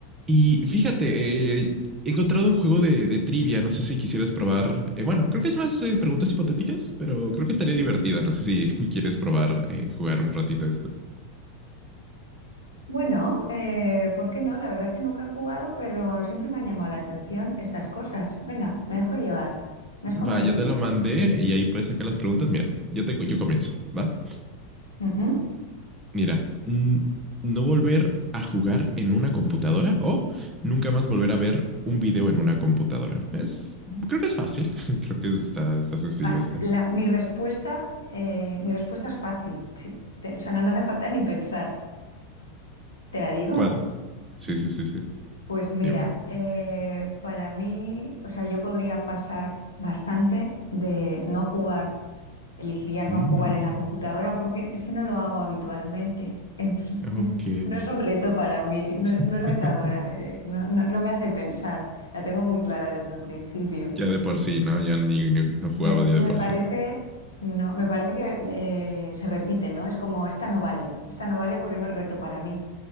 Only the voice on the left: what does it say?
Bueno, eh, ¿por qué no? La verdad es que nunca he jugado, pero siempre me han llamado la atención estas cosas. Venga, me dejo llevar. Me has convencido.
Ujú.
Ah,
la- mi respuesta, eh, mi respuesta es fácil. sí. Te- o sea, no me hace falta ni pensar. ¿Te la digo?
Pues mira,
eh, para mí, o sea, yo podría pasar bastante de no jugar elegiría no
jugar en la computadora porque es que no lo hago habitualmente. Entonces,
<laughs> no es un reto para mí, no,
no es retadora, eh, no, no- no me hace pensar. La tengo muy clara desde el principio.
Me,
me
parece,
no, me parece que eh, se repite, ¿no? Es como, esta no vale, esta no vale porque no es reto para mí.